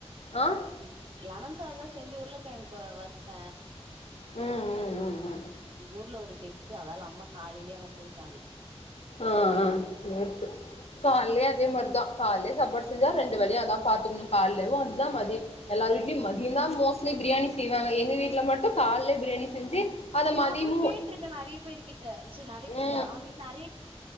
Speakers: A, on the left; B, on the right.
A: ஆ
B: லமன் சாதா செஞ்சு உர்ல கெழ்ங்கு வருத்த
A: ம் ம் ம் ம்
B: எங்க ஊர்ல ஒரு டெத் து அதால அம்மா காலையே அங்க போய்ட்டாங்க
A: ஆ அ சேர் சேர் கால்லே அதே மார்தா கால்லே சாப்பாடு செஞ்சா ரெண்டு வேல்யு அதா பாத்துக்குணு கால்லேவு அதா மதிய எல்லார் வீ்ட்ல்யு மதியந்தா மோஸ்ட்லி பிரியாணி செய்வாங்க எங்க வீட்ல மட்டு காலே பிரியாணி செஞ்சு அத
B: நா
A: மதியமு
B: கூட கேட்டிருக்க நறைய பேரு கிட்ட சு நறைய பேருன்ற
A: ம்
B: பாரு அவ்ங்கிட் நறை